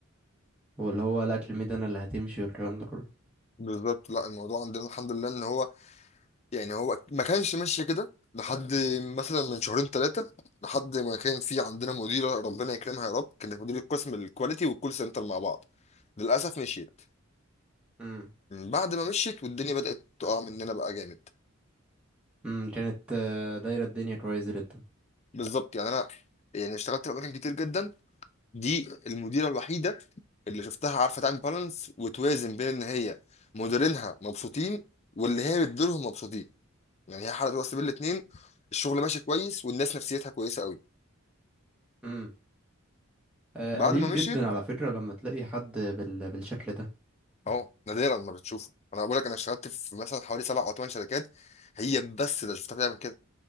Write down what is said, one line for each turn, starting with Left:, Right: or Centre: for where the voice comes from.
Centre: واللي هو لا الميد انا اللي هتمشي والكلام ده كله
Left: بالظبط لا الموضوع عندنا الحمد لله ان هو يعني هو ما كانش ماشي كده لحد مثلا من شهرين ثلاثه لحد ما كان في عندنا مديره ربنا يكرمها يا رب كانت مديره قسم الكواليتي والكول سنتر مع بعض للاسف مشيت
Centre: امم
Left: من بعد ما مشيت والدنيا بدات تقع مننا بقى جامد
Centre: امم كانت آه، دايرة الدنيا كويسة جدا
Left: بالظبط يعني انا يعني اشتغلت في اماكن كتير جدا دي المديره الوحيده اللي شفتها عارفه تعمل بالانس وتوازن بين ان هي مديرينها مبسوطين واللي هي بتديرهم مبسوطين يعني هي حلقت راس بين الاتنين الشغل ماشي كويس والناس نفسيتها كويسه قوي
Centre: امم آه،
Left: بعد
Centre: قليل
Left: ما مشيت
Centre: جدا على فكرة لما تلاقي حد بال... بالشكل ده
Left: اهو نادرا ما بتشوفه انا بقول لك انا اشتغلت في مثلا حوالي سبع او ثمان شركات هي بس اللي شفتها بتعمل كده